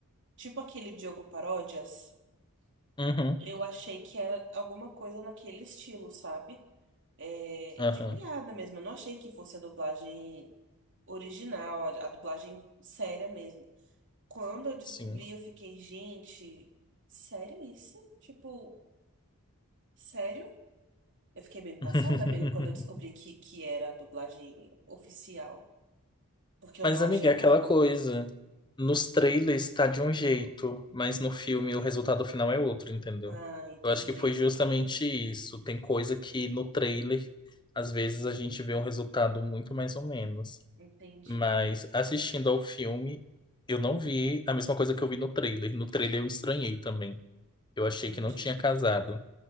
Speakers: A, on the right; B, on the left.
A: Tipo aquele Diogo Paródias.
B: Uhum,
A: Eu achei que era alguma coisa naquele estilo, sabe? É,
B: aham,
A: de piada mesmo. Eu não achei que fosse a dublagem original, a, a dublagem séria mesmo. Quando eu descobri,
B: sim.
A: eu fiquei, gente, sério isso? Tipo, sério? Eu fiquei bem passada,
B: <laughs>
A: amiga, quando eu descobri que, que era a dublagem oficial. Porque eu
B: Mas,
A: não
B: amiga,
A: achei
B: é
A: boa.
B: aquela coisa. Nos trailers tá de um jeito, mas no filme o resultado final é outro, entendeu?
A: Ah, entendi.
B: Eu acho que foi justamente isso. Tem coisa que no trailer, às vezes, a gente vê um resultado muito mais ou menos.
A: Entendi.
B: Mas assistindo ao filme, eu não vi a mesma coisa que eu vi no trailer. No trailer eu estranhei também.
A: Entendi.
B: Eu achei que não tinha casado.